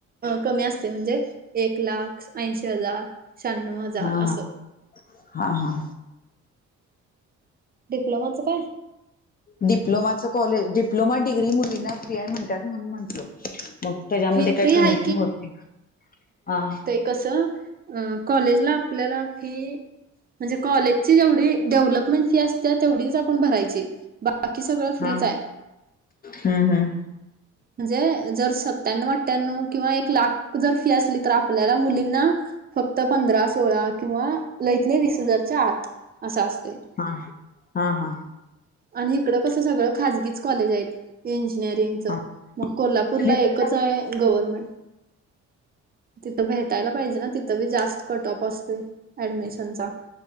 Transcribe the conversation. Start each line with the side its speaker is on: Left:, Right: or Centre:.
Right: कमी असतय एक लाख, ऐंशी हजार शहाण्णव हजार
Left: हा
Right: असं
Left: हा हा हा.
Right: डिप्लोमाचं काय?
Left: डिप्लोमाचं कॉलेज डिप्लोमा डिग्री मुलींना फी आय म्हणतात म्हणून म्हटलो. मग त्याच्यामध्ये
Right: फी
Left: काही
Right: फ्री
Left: कमी
Right: आहे
Left: नाहि होत नाही आ
Right: कस कॉलेजला आपल्याला फी म्हणजे कॉलेजची जेवढी. डेव्हलपमेंट फी असत्या तेवढीच आपण भरायची. बाकी सगळं फ्रीच
Left: हा
Right: आहे
Left: हम्म हम्म.
Right: म्हणजे जर सक त्यांना वाटत्यान किंवा एक लाख जर फी असली तर आपल्याला मुलींना. फक्त पंधरा सोळा किंवा लईतल य वीस हजारच्या आत असा असते.
Left: हा हा हा.
Right: आणि इकडं कसं सगळं खाजगीच. कॉलेज आहेत इंजिनिअरिंग च
Left: हा
Right: मग कोल्हापूरला
Left: तुम्ही
Right: एकच
Left: कुठे
Right: आहे गव्हर्मेंट. तिथं भेटायला पाहिजे ना तिथं बी जास्त कट ऑफ असतो ऍडमिशनचा.